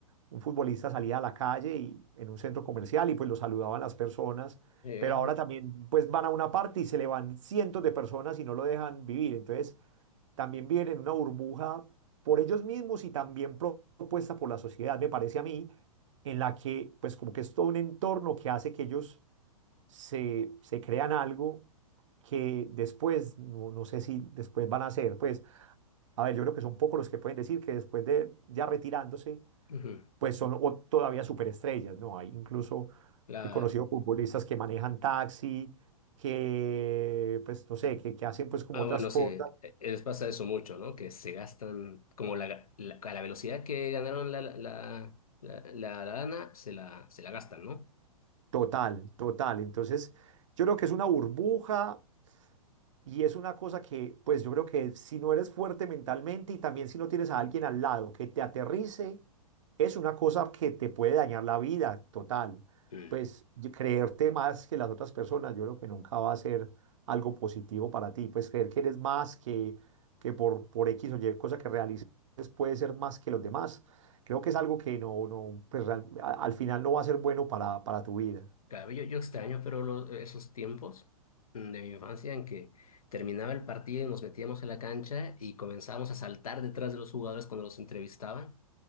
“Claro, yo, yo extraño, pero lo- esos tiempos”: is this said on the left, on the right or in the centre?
Left